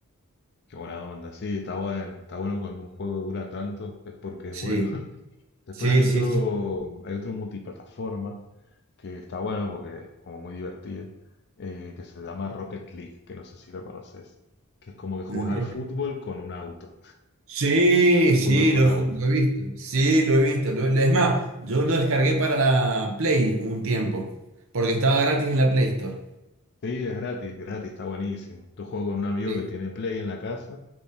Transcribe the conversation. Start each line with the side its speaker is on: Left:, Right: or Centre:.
Left: qué buena onda, sí, está bueno, está bueno cuando un juego dura tanto, es porque
Right: Sí,
Left: es bueno. <laughs> Después
Right: sí,
Left: hay otro,
Right: sí, sí.
Left: hay otro multiplataforma que está bueno porque es como muy divertido, eh, que se llama Rocket League, que no sé si lo conoces, que es como que jugás
Right: Mm,
Left: al fútbol con un auto,
Right: Sí,
Left: <laughs>
Right: sí,
Left: fútbol con
Right: lo, he
Left: auto.
Right: ju- lo he visto. Sí, lo he visto. lo- lo- es más, yo lo descargué para la Play un tiempo, porque estaba gratis en la Play Store.
Left: Sí, es gratis, gratis, está buenísimo. Yo juego con un amigo
Right: Sí,
Left: que tiene Play en la casa.